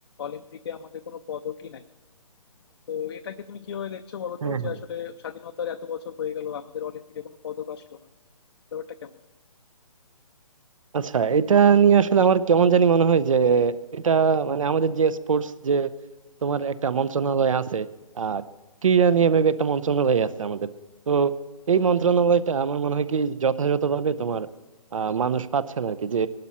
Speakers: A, on the left; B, on the right.
A: অলিম্পিকে আমাদের কোনো পদকই নাই তো এটাকে তুমি কিভাবে দেখছো বলো
B: হ্যাঁ
A: তো যে
B: হ্যাঁ
A: আসলে স্বাধীনতার এত বছর হয়ে গেল আমাদের অলিম্পিকে কোনো পদক আসলো না ব্যাপারটা কেমন
B: আচ্ছা এটা নিয়ে আসলে আমার কেমন জানি মনে হয় যে এটা মানে আমাদের যে স্পোর্টস যে তোমার একটা মন্ত্রণালয় আছে আহ ক্রীড়া নিয়ে মেবি একটা মন্ত্রণালয় আছে আমাদের তো এই মন্ত্রণালয়টা আমার মনে হয় কি যথাযথভাবে তোমার আহ মানুষ পাচ্ছে না আর কি যে